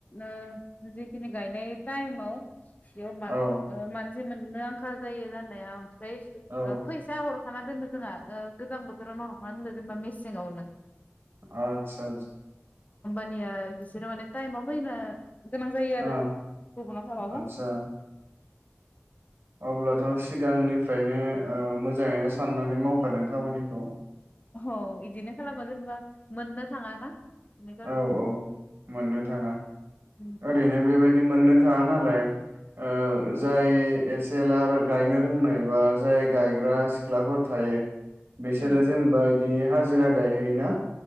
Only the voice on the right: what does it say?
औ
औ
आच्छा
औ
आदसा
अब्लाथ' सिगांनिफ्रायनो ओ मोजाङैनो साननानै मावखादों खामानिखौ।
औ औ मोननो थाङा।
ओरैनो बेबाय दि मोननो थाङा नालाय ओ जाय एसेलार गायनो रोंनाय बा जाय गायग्रा सिख्लाफोर थायो। बेसोरो
जेनबाय ए हाजिरा गायहैयोना?